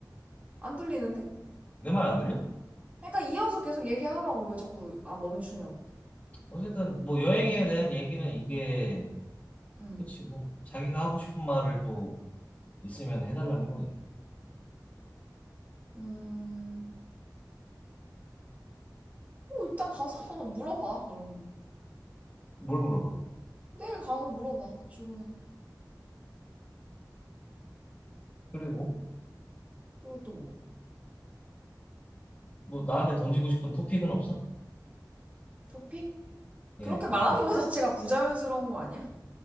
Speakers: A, on the right (about 20°); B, on the left (about 20°).
A: 안 들리는데?
B: 내 말 안 들려?
A: 그러니까 이어서 계속 얘기하라고 왜 자꾸, 아, 멈추냐고.
B: 어쨌든 뭐 여행에 대한 얘기는 이게
A: 음.
B: 끝이고 자기가 하고 싶은 말을 또 있으면 해달라는 거지.
A: 음, 뭐 일단 가서 <laughs> 물어봐, 그럼.
B: 뭘 물어봐.
A: 내일 가서 물어봐 출근해서
B: 그리고
A: 그리고 또 뭐
B: 뭐 나한테 던지고 싶은 토픽은 없어?
A: 토픽?
B: 예,
A: 그렇게 말하는
B: 주제.
A: 거 자체가 부자연스러운 거 아니야?